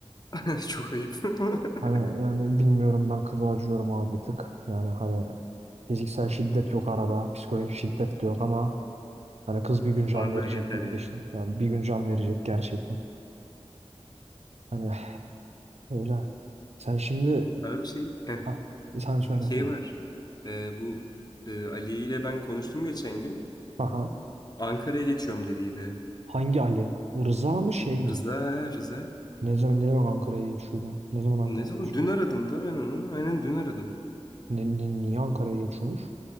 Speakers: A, on the left; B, on the right.
A: <laughs> Çok ayıp. <laughs>
B: Hani yani bilmiyorum ben kıza acıyorum abi bir tık. Yani hani fiziksel şiddet yok arada. Psikolojik şiddet de yok ama hani kız bir
A: Hani
B: gün can
A: Varlığı
B: verecek
A: yeter
B: bu gidişle.
A: yani.
B: Yani bir gün can verecek gerçekten. Hani öyle. Sen şimdi
A: Abi şey, heh,
B: Hah, sen söyle
A: şey
B: tamam.
A: var. Ee, bu e, Ali ile ben konuştum geçen gün.
B: Aha.
A: Ankara'ya geçiyorum dediydi.
B: Hangi Ali? Rıza mı şey mi?
A: Rıza, ha, Rıza.
B: Ne zaman ne zaman Ankara'ya geçiyordu? Ne zaman
A: Ne
B: Ankara'ya
A: zaman?
B: geçiyordu?
A: Dün aradım da ben onu. Aynen dün aradım.
B: Ne, ni- niye Ankara'ya geçiyormuş?